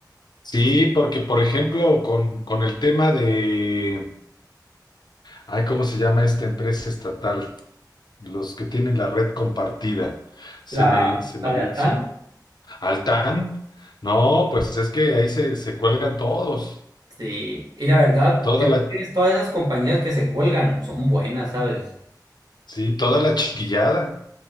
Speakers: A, on the left; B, on the right.
A: Sí, porque por ejemplo, con, con el tema de, ay, ¿cómo se llama esta empresa estatal? Los que tienen la red compartida. Se
B: La,
A: me, se me,
B: la
A: olvidó-
B: de Altán.
A: se- Altán. No, pues es que ahí se, se cuelgan todos.
B: Sí, y la verdad
A: Toda
B: es
A: la,
B: que es- todas esas compañías que se cuelgan son buenas, ¿sabes?
A: sí, toda la chiquillada.